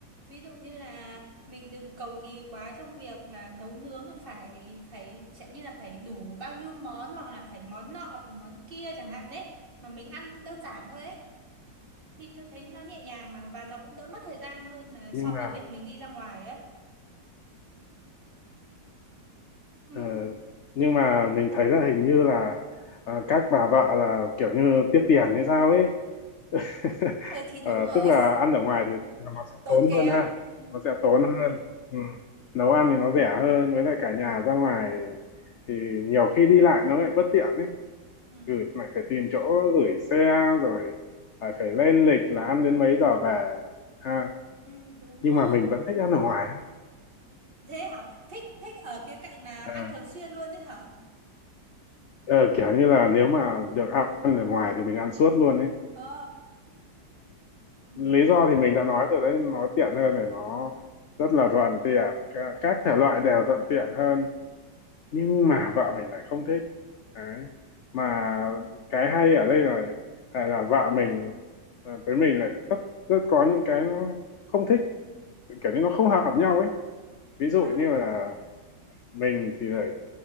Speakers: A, on the right; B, on the left.
A: Ví dụ như là mình đừng cầu kỳ quá trong việc là nấu nướng là phải phải chẳng như là phải đủ bao nhiêu món hoặc là phải món nọ phải món kia chẳng hạn ấy mà mình ăn đơn giản thôi ấy thì tôi thấy nó nhẹ nhàng mà và nó cũng đỡ mất thời gian hơn là
B: nhưng
A: so
B: mà
A: với việc mình đi ra ngoài á. Ừ.
B: ờ, nhưng mà mình thấy là hình như là ờ, các bà vợ là kiểu như tiếc tiền hay sao ấy <laughs>
A: Ờ thì đúng
B: Ờ,
A: rồi,
B: tức là ăn ở ngoài thì thì
A: <laughs>
B: nó sẽ
A: tốn
B: tốn
A: kém.
B: hơn ha
A: Ừ.
B: nó sẽ tốn hơn ừ. nấu ăn thì nó rẻ hơn với lại cả nhà ra ngoài thì nhiều khi đi lại nó lại bất tiện ấy
A: Ừ.
B: gửi lại phải tìm chỗ gửi xe rồi lại phải lên lịch là ăn đến mấy giờ về ha
A: Ừ, đúng
B: nhưng
A: rồi.
B: mà mình vẫn thích ăn ở ngoài
A: Thế hả? Thích thích ở khía cạnh là
B: à,
A: ăn thường xuyên luôn đấy hả?
B: ờ, kiểu như là nếu mà được ăn ăn ở ngoài thì mình ăn suốt luôn ấy
A: ờ ừ
B: lý do thì mình đã nói rồi đấy nó tiện hơn này nó rất là thuận tiện Cả- các thể loại đều thuận tiện hơn nhưng mà vợ mình lại không thích đấy mà cái hay ở đây là là, là vợ mình à, với mình lại rất rất có những cái nó không thích kiểu như nó không hợp nhau ấy ví dụ
A: à
B: như là mình thì lại